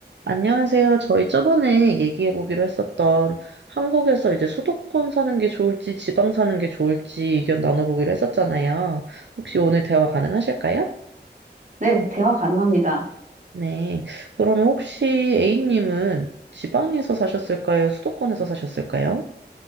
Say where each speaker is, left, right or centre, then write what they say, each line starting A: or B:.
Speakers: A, on the right (about 80°); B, on the right (about 45°).
A: 안녕하세요. 저희 저번에 얘기해보기로 했었던 한국에서 이제 수도권 사는 게 좋을지 지방 사는 게 좋을지 의견 나눠보기로 했었잖아요. 혹시 오늘 대화 가능하실까요?
B: 네, 대화 가능합니다.
A: 네. 그러면 혹시 A님은 지방에서 사셨을까요? 수도권에서 사셨을까요?